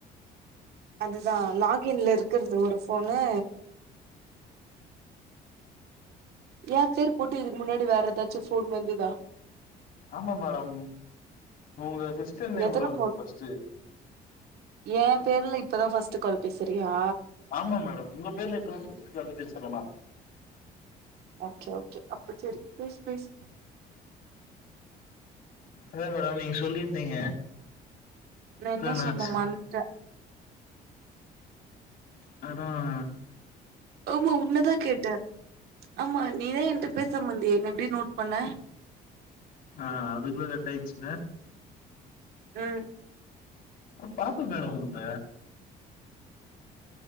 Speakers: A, on the right; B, on the left.
A: அதுதா லாகின்ல இருக்கிறது ஒரு ஃபோனு என் பேர் போட்டு இதுக்கு முன்னாடி வேற ஏதாச்சும் ஃபோன் வந்துதா
B: ஆமா மேடம் உங்க சிஸ்டர் நேம்ல
A: எத்தன
B: வந்தது ஃபர்ஸ்ட்டு
A: என் பேர்ல இப்பதா ஃபர்ஸ்ட் கால் பேசுறியா
B: ஆமா மேடம் உங்க பேர்ல இருக்கிறவ <unintelligible> பேசுரனா
A: ஓகே ஓகே அப்போ சேரி பேசு பேசு
B: இல்ல மேடம் நீங்க சொல்லிருந்தீங்க
A: நா என்ன
B: என்னாச்சு
A: சொன்ன மறந்துட்டே
B: மேடம்
A: ஆமா உன்னதா கேட்ட ஆமா நீதா என்ட்ட பேசாம இருந்தியே என்ன எப்டி நோட் பண்ண
B: ஆஹ் அதுகுல்ல கட் ஆச்சில
A: ம்
B: பாத்த மேடம் உந்த